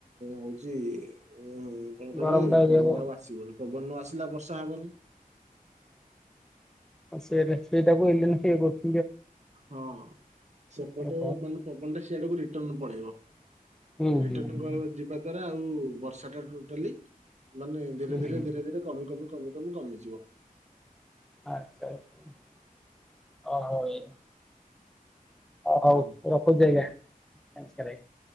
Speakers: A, on the right; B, in the centre.
A: ହଉଚି ଉ କଣ କହିଲେ
B: ଗରମ
A: ପବନ
B: ଇଏ ହବ
A: ଟା ଆଉ ଆସିବନି, ପବନ ନ ଆସିଲା ବର୍ଷା ହବନି।
B: ସେଟା ସେଇଟା କୁ ଏଲିନ ଫିିଓ କହୁଚନ୍ତି?
A: ହଁ ସେପଟେ
B: ହୁଁ
A: ମାନେ ପବନଟା ସେଆଡକୁ ରିଟନ୍ ପଳେଇବ।
B: ହୁଁ
A: ରିଟର୍ଣ
B: ହୁଁ
A: ଗ ଯିବା ଦ୍ଵାରା ଆଉ ବର୍ଷାଟା ଟୋଟାଲି ମାନେ ଧୀରେ
B: ହୁଁ
A: ଧୀରେ ଧୀରେ ଧୀରେ କମି କମି କମି କମି କମିଯିବ।
B: ଆଚ୍ଛା ଆଚ୍ଛା ଅହ ଏୟା ଓ
A: ହୁଁ
B: ହଉ ରଖୁଚି ଆଜ୍ଞା। ନମସ୍କାର୍ ଆଜ୍ଞା।